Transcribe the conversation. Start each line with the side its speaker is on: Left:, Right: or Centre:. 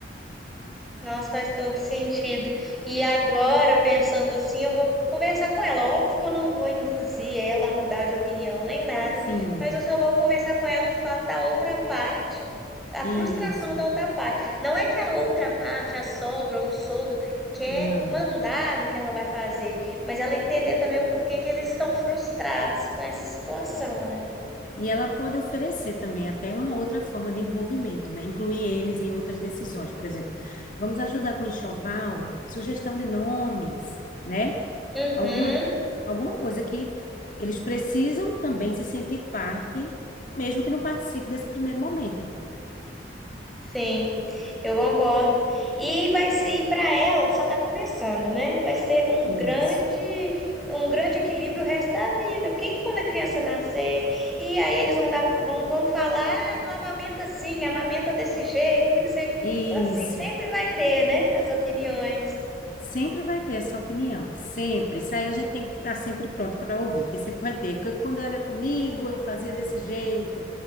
Centre: Nossa, faz todo sentido. E agora, pensando assim, eu vou conversar com ela. Óbvio que eu não vou induzir ela a mudar de opinião nem nada,
Left: Sim,
Centre: mas eu só vou conversar com ela o fato da outra parte, a
Left: isso,
Centre: frustração da outra parte. Não é que a outra parte, a sogra ou o sogro, quer
Left: não.
Centre: mandar no que ela vai fazer, mas ela entender também o porquê que eles estão frustrados com essa situação, né?
Left: E ela pode oferecer também até uma outra forma de envolvimento, né? Incluir eles em outras decisões, por exemplo, vamos ajudar com enxoval, sugestão de nomes, né?
Centre: Uhum.
Left: Alguma, alguma coisa que eles precisam também se sentir parte, mesmo que não participe desse primeiro momento.
Centre: Sim, eu concordo. E vai ser para ela, só está começando, né? Vai ser um
Left: Isso.
Centre: grande, um grande equilíbrio o resto da vida. Porque quando a criança nascer, e aí eles vão dar, vão, vão falar, ah, não amamenta assim, amamenta desse jeito, que não sei.
Left: Isso.
Centre: Então, assim, sempre vai ter, né? As opiniões.
Left: Sempre vai ter essa opinião, sempre. Isso aí a gente tem que estar sempre pronto para ouvir, que sempre vai ter. Porque quando era comigo, eu fazia desse jeito